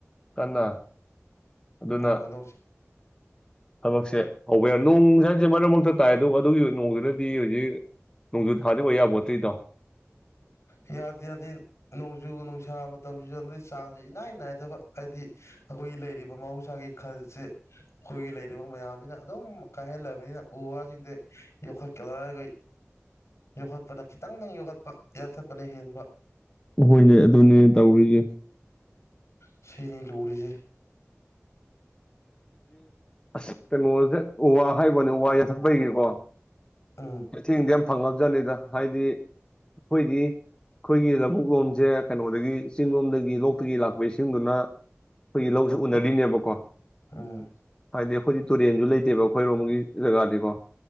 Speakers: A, on the left; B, on the left.
A: ꯀꯟꯅ ꯑꯗꯨꯅ
B: ꯑꯣ ꯅꯣꯡ
A: ꯊꯛꯁꯦ ꯍꯧꯕ ꯌꯥꯔ ꯅꯣꯡ ꯁꯁꯋꯥꯁꯦ ꯃꯔꯛ ꯃꯔꯛꯇ ꯇꯥꯏ ꯑꯗꯨꯒ ꯑꯗꯨꯒꯤ ꯅꯣꯡꯗꯨꯗꯗꯤ ꯍꯧꯖꯤꯛ ꯅꯣꯡꯖꯨ ꯊꯥꯗꯕꯌꯥꯕꯣꯠꯇ꯭ꯔꯤꯗꯣ
B: ꯌꯥꯗꯦ ꯌꯥꯗꯦ ꯅꯣꯡꯖꯨ ꯅꯨꯡꯁꯥ ꯃꯇꯝꯁꯨ ꯆꯪ ꯆꯥꯡꯁꯦ ꯏꯅꯥꯏ ꯅꯥꯏꯗꯕ ꯍꯥꯏꯗꯤ ꯑꯩꯈꯣꯏꯒꯤ ꯂꯩꯔꯤꯕ ꯃꯍꯧꯁꯥꯒꯤ ꯈꯜꯁꯦ ꯑꯩꯈꯣꯏꯒꯤ ꯂꯩꯔꯤꯕ ꯃꯌꯥꯝꯁꯤꯅ ꯑꯗꯨꯝ ꯀꯥꯏꯍꯜꯂꯕꯅꯤꯅ ꯎ ꯋꯥꯁꯤꯡꯁꯦ ꯌꯣꯛꯈꯠꯀꯗꯔꯒꯩ ꯌꯣꯛꯈꯠꯄꯗ ꯈꯤꯇꯪ ꯅꯪ ꯌꯣꯛꯈꯠꯄ ꯌꯥꯁꯄꯅꯤ ꯍꯦꯟꯕ
A: ꯍꯣꯏꯅꯦ ꯑꯗꯨꯅꯦ ꯇꯧꯔꯤꯒꯦ
B: ꯁꯩꯅꯦ ꯗꯣꯛꯔꯤꯁꯦ
A: ꯑꯁꯣꯦ ꯍꯥꯏꯕꯅꯦ ꯋꯥ ꯌꯥꯊꯛꯄꯩꯒꯦꯀꯣ
B: ꯎꯝ
A: ꯑ ꯏꯗꯤ ꯐꯪꯉꯕꯖꯥꯠꯅꯤꯗ ꯍꯥꯏꯗꯤ ꯑꯩꯈꯣꯏꯗꯤ ꯑꯩꯈꯣꯏꯒꯤ ꯂꯧꯕꯨꯛ ꯂꯣꯝꯁꯦ ꯀꯩꯅꯣꯗꯒꯤ ꯆꯤꯡ ꯂꯣꯝꯗꯒꯤ ꯂꯣꯛꯇꯒꯤ ꯂꯥꯛꯄ ꯏꯁꯤꯡꯗꯨꯅ ꯑꯩꯈꯣꯏꯒꯤ ꯂꯧꯁꯤ ꯎꯅꯔꯤꯅꯦꯕꯀꯣ
B: ꯎꯝ
A: ꯍꯥꯏꯗꯤ ꯑꯩꯈꯣꯏꯗꯤ ꯇꯨꯔꯦꯟꯁꯨ ꯂꯩꯇꯦꯕ ꯑꯩꯈꯣꯏꯔꯣꯝꯒꯤ ꯖꯒꯥꯗꯤꯀꯣ